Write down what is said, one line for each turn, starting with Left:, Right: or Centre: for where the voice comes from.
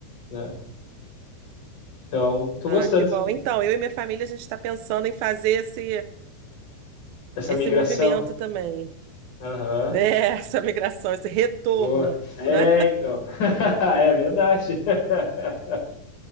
Left: né? Então, tô
Right: Ah,
Left: gostando,
Right: que bom.
Left: sim,
Right: Então, eu e minha família, a gente está pensando em fazer esse,
Left: dessa
Right: esse
Left: migração.
Right: movimento também.
Left: Aham.
Right: É, essa migração, esse retorno,
Left: Boa. É,
Right: né?
Left: então. <laughs> É verdade. <laughs>